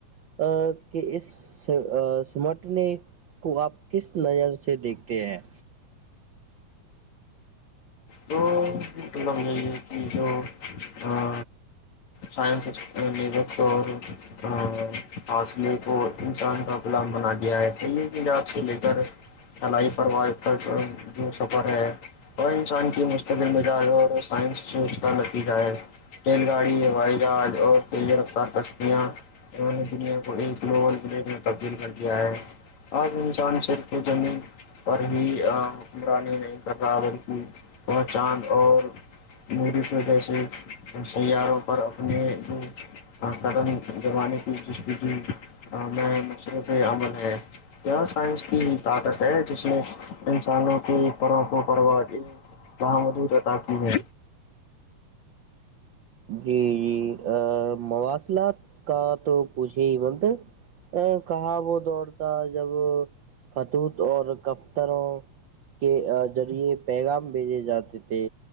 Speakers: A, on the right; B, on the left.
A: ا کے اس سمٹ نے کو آپ کس نظر سے دیکھتے ہیں
B: تو مطلب یہی ہے کہ جو آ سائنس <unintelligible> ا فاصلے کو انسان کا غلام بنا دیا ہے کہیے کی یہ اپ سے لے کر فلائی پرواز تک کا جو سفر ہے وہ انسان کی مستقبل میں پیار اور سائنس چیز کا نتیجہ ہے ریل گاڑی وائی گاٹ اور تیز رفتار کشتیاں انہوں نے دنیا کو ایک لوول ضلع میں تبدیل کر دیا ہے آج انسان صرف زمین پر بھی ا حکمرانی نہیں کر رہا بلکہ وہاں چاند اور مڈاس کو جیسے سیاروں پر اپنے جو قدم دمانے کی دستگی میں مشرے پہ عمل ہے کیا سائنس کی ہی طاقت ہے جس میں انسانوں کے پرو و پرواہ وہاں حدود عطا کی ہے
A: جی جی آ مواصلات کا تو پوچھے ہی مند ا کہاں وہ دور تھا جب خطوط اور دفتروں کے ذریعے پیغام بھیجے جاتے تھے